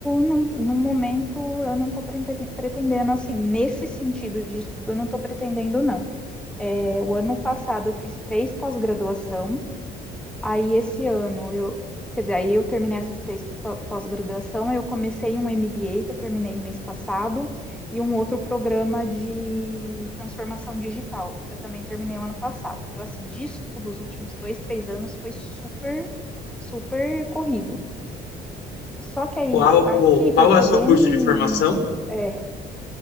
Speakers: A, in the centre; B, on the left (about 80°).
A: no, no momento, eu não tô prete- pretendendo, assim, nesse sentido de estudo, eu não tô pretendendo, não. É, o ano passado eu fiz três pós-graduação, Aí esse ano eu, quer dizer, aí eu terminei essas três pró- pós-graduação, eu comecei um MBA que eu terminei o mês passado e um outro programa de transformação digital que eu também terminei o ano passado. Então assim, de estudo, os últimos dois, três anos foi super, super corrido. Só que aí
B: Qual,
A: aqui
B: qual
A: para eu poder
B: é o seu curso
A: me
B: de formação?
A: é,